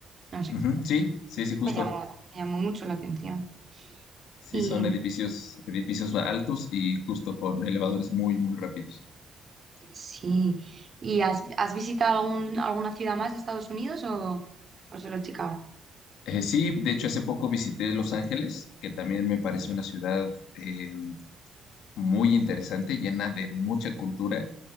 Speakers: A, on the right (about 40°); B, on the left (about 80°).
A: No sé.
B: Ujú, Sí, sí, sí, justo.
A: Me llamó, me llamó mucho la atención.
B: Sí,
A: Y
B: son edificios, edificios altos y justo con elevadores muy, muy rápidos.
A: sí, ¿y has, has visitado algún- alguna ciudad más de Estados Unidos o, o solo Chicago?
B: Eh, sí, de hecho, hace poco visité Los Ángeles, que también me parece una ciudad em, muy interesante, llena de mucha cultura,